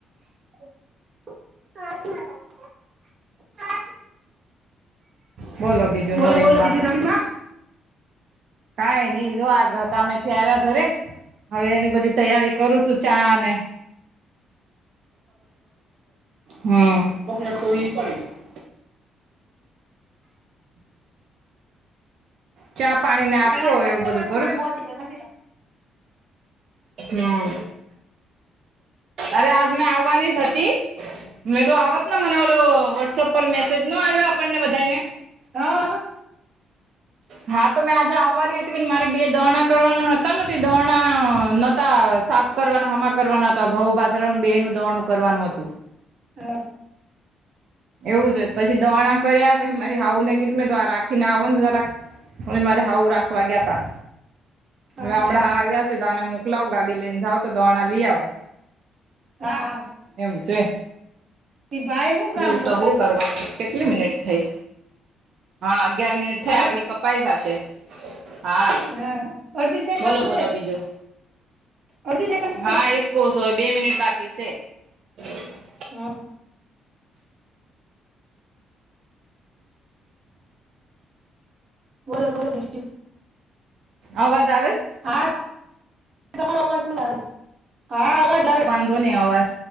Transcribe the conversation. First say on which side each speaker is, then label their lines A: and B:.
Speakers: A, on the right (about 50°); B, on the right (about 65°).
A: <unintelligible>
B: બોલો બીજું
A: બોલો
B: નવીન
A: બોલો
B: માં.
A: બીજું નવીન
B: કાઈ નઈ જો આ ઘ કામેથી આવ્યા ઘરે હવે એની બધી તૈયારી કરું છું ચા ને હમ્મ ચા પાણી ને આપવુંય
A: હા
B: એવું બધું કરું
A: <unintelligible>
B: હમ અરે આજ મેં આવવાની જ હતી મે તો આવત ને મને ઓલો વોટ્સએપ પર મેસેજ ન આવ્યો આપણને બધા ને
A: હા.
B: હા તો મેં આજે આવવાની હતી પણ મારે બે દોણા કરવાના હતા ન તે દોણા નતા સાપ કરવાના હમા કરવાના હતા ઘઉં બાજરાનું બે નું દરણું કરવાનું હતું.
A: હા.
B: એવું જ પછી દરણા કર્યા પછી મારી હાહું ને કીધું મેં તો રાખીને આવો ને જરા પહી મારી હાહું રાખવા ગયા તા
A: હા
B: હવે હમણાં આ આવ્યા છે તો આને મોકલાવું ગાડી લઈને જાઓ તો દરણા લઈ આવો
A: હા. હા
B: એમ છે
A: ભાઈ હું કામ
B: બીજું
A: કરે
B: તો હું કરવાનું કેટલી મિનિટ થઈ હા અગિયાર મિનિટ થઈ
A: હાલો
B: આગળ <unintelligible> પૈસા છે હા
A: હા અર્ધી સેકન્ડ
B: તો બોલો
A: છે
B: બીજું
A: અડધી સેકન્ડ
B: હા
A: છે
B: એજ કઉ છું હવે બે મિનિટ બાકી છે. હ <unintelligible>
A: હમ્મ બોલો બોલો બીજું
B: અવાજ આવેછ.
A: હા તમાર <unintelligible> હા અવાજ આવે
B: આવતો ને અવાજ